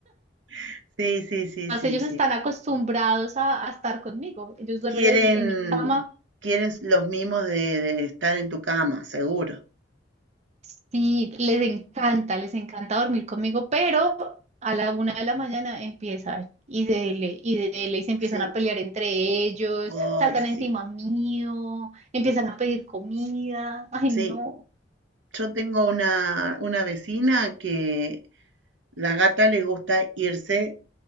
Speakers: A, on the right; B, on the right.
A: <laughs> sí, sí, sí,
B: Más
A: sí,
B: ellos
A: sí.
B: están acostumbrados a, a estar conmigo. Ellos duermen
A: Quieren,
B: en, en mi cama.
A: quieren los mimos de, de estar en tu cama, seguro.
B: Sí, les encanta, les encanta dormir conmigo, pero a la una de la mañana empiezan y dele, y dele, y se empiezan
A: Sí,
B: a pelear entre ellos,
A: ay,
B: saltan
A: sí,
B: encima mío, empiezan a pedir comida. Ay,
A: sí.
B: no,
A: Yo tengo una, una vecina que La gata le gusta irse